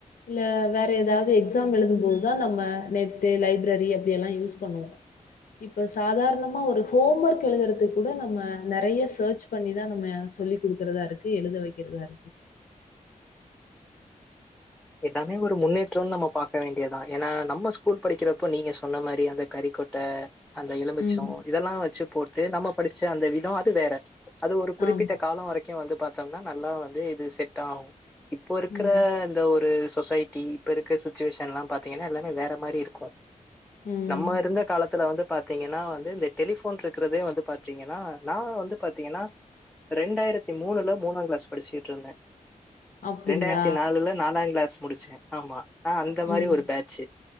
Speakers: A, on the left (about 80°); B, in the centre.
A: இல்ல வேற ஏதாவது எக்ஸாம் எழுதும் போதுதா நம்ம நெட்டு லைப்ரரி அப்படி எல்லாம் யூஸ் பண்ணுவோம் இப்போ சாதாரணமா ஒரு ஹோம் ஒர்க் எழுதுறது கூட நம்ம நிறைய சர்ச் பண்ணிதா நம்ம சொல்லி் குடுக்கறதா இருக்கு எழுத வைக்கிறதா இருக்கு
B: எல்லாமே ஒரு முன்னேற்றம்னு நம்ம பார்க்க வேண்டியதா ஏன்னா நம்ம ஸ்கூல் படிக்கிறப்போ நீங்க சொன்ன மாரி அந்த கறிக்கோ ட்ட அந்த எலுமிச்சம்
A: ம்.
B: இதெல்லா வச்சு போட்டு நம்ம படிச்ச அந்த விதம் அது வேற அது ஒரு குறிப்பிட்ட
A: ஆமா.
B: காலம் வரைக்கும் வந்து பாத்தோம்னா நல்லா வந்து இது செட் ஆகும் இப்போ இருக்கிற
A: ம்.
B: இந்த ஒரு ஒரு சொசைட்டி இப்ப இருக்க சுச்சுவேஷன் எல்லாம் பாத்தீங்கன்னா எல்லாமே வேற மாதிரி இருக்கும்
A: ம்.
B: நம்ம இருந்த காலத்துல வந்து பாத்தீங்கன்னா வந்து இந்த டெலிஃபோன் இருக்கிறதே வந்து பாத்தீங்கன்னா நா வந்து பாத்தீங்கன்னா ரெண்டாயிரத்தி மூணுல மூணாம் கிளாஸ் படிச்சிட்டு இருந்தேன்
A: அப்டிங்களா?
B: ரெண்டாயிரத்தி நாலுல நாலாம் கிளாஸ் முடிச்சேன் ஆமா ஆஹ அந்த மாதிரி
A: ம்.
B: ஒரு பேட்சு